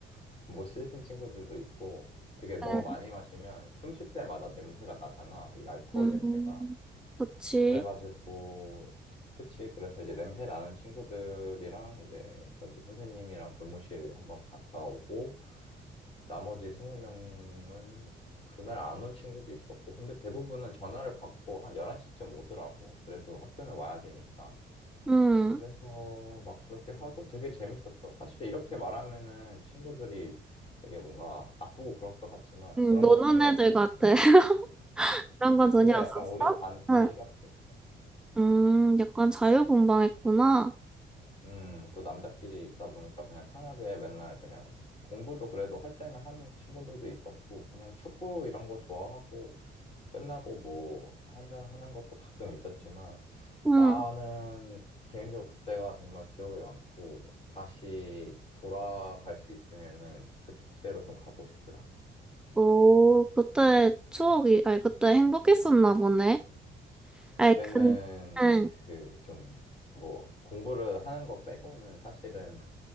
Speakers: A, on the left; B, in the centre.
A: 못 씻은 친구들도 있고 그게 너무
B: 네.
A: 많이 마시면 숨 쉴 때마다 냄새가 나잖아. 이 알코올
B: 음,
A: 냄새가.
B: 그치.
A: 그래가지고, 그치. 그래서 이제 냄새 나는 친구들이랑 이제 저기 선생님이랑 교무실 한번 갔다 오고, 나머지 20명은 그날 안 온 친구도 있었고, 근데 대부분은 전화를 받고 한 11시쯤 오더라고. 그래도 학교는 와야 되니까.
B: 음,
A: 그래서 막 그렇게 하고 되게 재밌었어. 사실 이렇게 말하면은 친구들이 되게 뭔가 나쁘고 그럴 것 같지만
B: 음,
A: 그런
B: 노는
A: 거 전혀
B: 애들
A: 없었고.
B: 같아. <laughs> 그런 건 전혀
A: 근데 약간
B: 없었어?
A: 우리 반 분위기가
B: 응.
A: 그랬어.
B: 음, 약간 자유분방했구나.
A: 음, 또 남자끼리 있다 보니까 그냥 편하게 맨날 그냥 공부도 그래도 할 때는 하는 친구들도 있었고, 그냥 축구 이런 거 좋아하고, 끝나고 뭐 한잔 하는 것도 가끔 있었지만,
B: 응.
A: 나는 개인적으로 그때가 정말 기억에 남고, 다시 돌아갈 수 있으면은 그때로 좀 가고 싶더라.
B: 오, 그때 추억이, 아니, 그때 행복했었나 보네.
A: 그때는
B: 아이, 근, 응,
A: 그 좀 뭐 공부를 하는 거 빼고는 사실은